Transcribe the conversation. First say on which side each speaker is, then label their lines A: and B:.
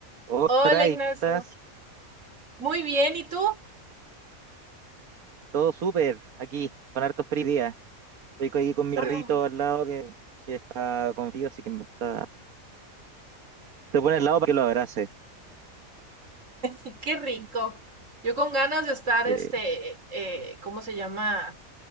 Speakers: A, on the right (about 80°); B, on the right (about 60°).
A: Ostras,
B: Hola Ignacio,
A: y estás
B: muy bien, ¿y tú?
A: todo súper aquí, con hartos frío hoy día. Estoy aquí con mi
B: Ah,
A: rito al lado que, que está con frío, así que me está... Se pone al lado para que lo abrace.
B: y qué rico.
A: <laughs>
B: Yo con ganas de estar,
A: Sí.
B: este, eh, ¿cómo se llama?